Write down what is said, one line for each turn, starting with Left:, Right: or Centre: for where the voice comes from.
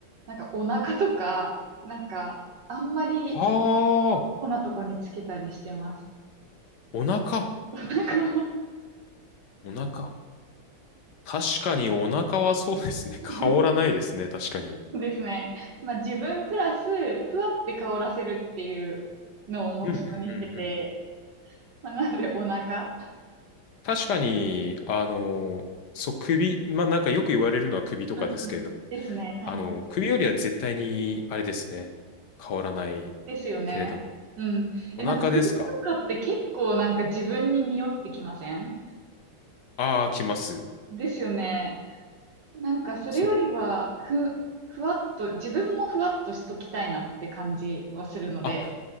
Right: なんかお腹とか、なんかあんまり
Left: はあ、
Right: こんなとこにつけたりしてます。
Left: お腹、
Right: お腹
Left: お腹。確かにお腹はそうですね。
Right: <laughs>
Left: <laughs> 香らないですね、確かに。
Right: ですね。まあ自分プラス、ふわって香らせるっていうのを目標にしてて、
Left: うんうんうんうん。
Right: まあなのでお腹
Left: 確かに、あの、そう、首、まあ、なんかよく言われるのは首とかですけれども、
Right: うんうんですね。はいはい。
Left: あの、首よりは絶対に、あれですね、香らない
Right: ですよね。
Left: けれども。
Right: うん。
Left: お腹ですか
Right: え、なんか首とかって結構なんか自分に匂ってきません
Left: ああー、来ます。
Right: ですよね。なんかそれよりは、
Left: そう。
Right: ふ、ふわっと、自分もふわっとしときたいなって感じはするので、
Left: あ、